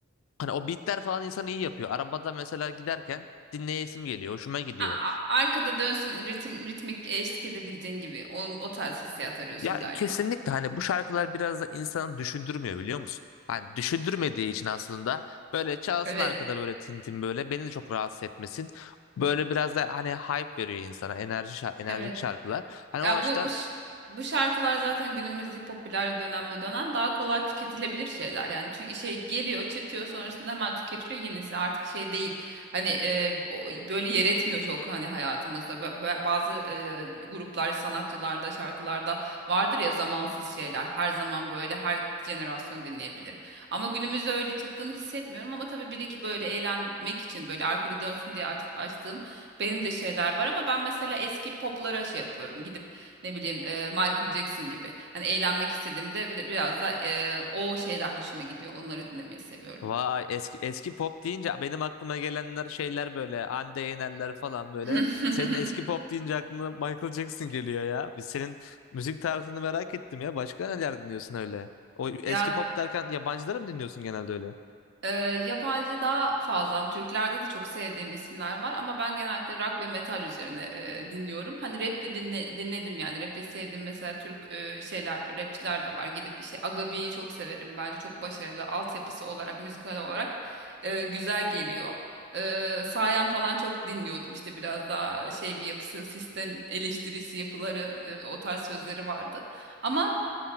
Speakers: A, on the left; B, on the right.
A: Hani o beatler falan insanı iyi yapıyor. Arabada mesela giderken dinleyesim geliyor, hoşuma gidiyor.
B: A- a- arkada dönsün ritim ritmik eşlik edebildiğin gibi. Onun o tarz hissiyat arıyorsun
A: Ya
B: galiba.
A: kesinlikle hani bu şarkılar biraz da insanı düşündürmüyor biliyor musun? Hani düşündürmediği için aslında böyle çalsın
B: Evet.
A: arkada böyle tintin böyle beni de çok rahatsız etmesin. Böyle biraz da hani hype veriyor insana enerji şar- enerjik
B: Evet.
A: şarkılar. Hani o
B: Ya
A: açıdan
B: bu bu ş- bu şarkılar zaten günümüz popüler dönemde dönen daha kolay tüketilebilir şeyler. Yani tü- şey geliyor, çıkıyor sonrasında hemen tüketiliyor yenisi. Artık şey değil. Hani e, o- böyle yer etmiyor çok hani hayatımızda. Ba- ba- Bazı e, gruplar, sanatçılarda, şarkılarda vardır ya zamansız şeyler. Her zaman böyle her jenerasyon dinleyebilir. Ama günümüzde öyle çıktığını hissetmiyorum ama tabii bir iki böyle eğlenmek için böyle arkada dönsün diye aç- açtığım benim de şeyler var ama ben mesela eski poplara şey yapıyorum. gidip ne bileyim e, Michael Jackson gibi. Hani eğlenmek istediğimde bir- biraz da e, o şeyler hoşuma gidiyor. Onları dinlemeyi seviyorum.
A: vay eski eski pop deyince benim aklıma gelenler şeyler böyle Hande Yenerler falan böyle.
B: <laughs>
A: Senin eski pop deyince aklına Michael Jackson geliyor ya. Biz senin müzik tarzını merak ettim ya. Başka neler dinliyorsun öyle? O eski
B: Ya
A: pop derken yabancıları mı dinliyorsun genelde öyle?
B: Ee, yabancı daha fazla. Türklerde de çok sevdiğim isimler var ama ben genellikle rock ve metal üzerine e, dinliyorum. Hani rap de dinle- dinledim yani. Rap de sevdiğim mesela Türk e, şeyler, rapçiler de var. Gidip işte Agabi'yi çok severim. Bence çok başarılı. Altyapısı olarak, müzikal olarak e, güzel geliyor. E, Sayan falan çok dinliyordum. İşte biraz daha şey bir yapısı, sistem eleştirisi yapıları, e, o tarz sözleri vardı. Ama